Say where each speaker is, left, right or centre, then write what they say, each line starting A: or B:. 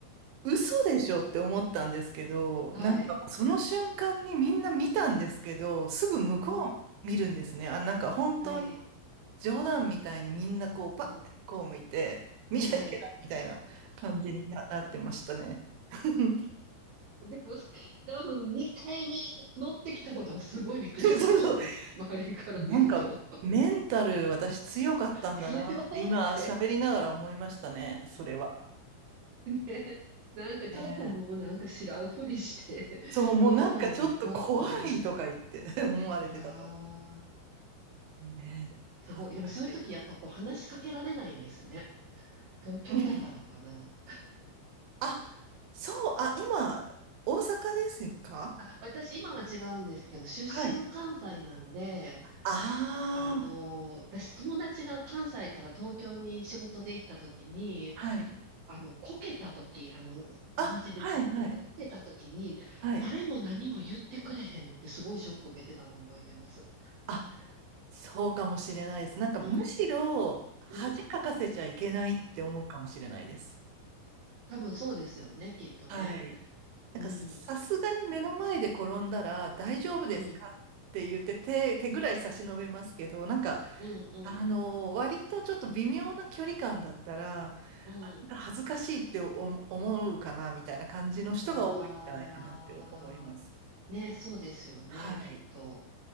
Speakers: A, on the right (about 75°); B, on the right (about 55°).
A: 嘘でしょって思ったんですけど、
B: はい。
A: なんかその瞬間にみんな見たんですけど、すぐ向こう見るんですね。
B: うん。
A: あ、なんか本当に
B: はい。
A: 冗談みたいにみんなこうパッて向こう向いて、
B: うん。
A: 見ちゃいけないみたいな感じにな、
B: はい。
A: なってましたね。<laughs>
B: でも、多分2回目乗ってきたことはすごいびっくりやったでしょうね。
A: そうそう
B: <laughs> 周りから見ると。
A: なんか、メンタル私強かったんだなって今喋りながら思いましたね、
B: 強って。
A: それは。
B: ね。なんかちょっともうなんか知らんふりして乗らないで行こうって思いそう。
A: ねえそう、もうなんかちょっと怖いとか言って
B: い
A: <laughs> 思われてたと。
B: やー、
A: ねえ恥ずかしい。
B: すごい。でもそういう時やっぱこう話しかけられないんですね。東京だからかな。
A: <laughs> うんあ、そう、あ、今、大阪ですよか
B: あ、私今は違うんですけど、出身は関西なんで、
A: はい。ああ、
B: あの、私友達が関西から東京に仕事で行った時に、
A: はい。
B: あの、こけた時、あの、道
A: あ、
B: でずっとってこけたときに、
A: はい、はい、はい。
B: 誰も何も言ってくれへんってすごいショック受けてたのを覚えてます。
A: あ、そうかもしれないです。なんかむしろ恥かかせちゃいけないって思うかもしれないです。
B: うん、うん、うん多分そうですよね、きっとね。
A: はい。なんかさすがに目の前で転んだら大丈夫ですかって言って手、
B: うん、うん、
A: 手ぐらい差し伸べますけど、なんか、
B: うん、うん、
A: あのー割とちょっと微妙な距離感だったら、な
B: うん。
A: んか恥ずかしいって思思うかなみたいな感じの人が多いんじゃないかなって思います。
B: あー、ね、そうですよね、
A: はい。
B: きっと。